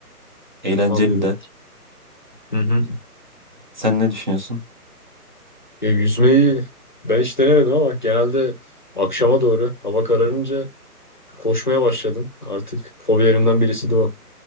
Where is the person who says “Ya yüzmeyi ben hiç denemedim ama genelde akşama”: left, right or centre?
Left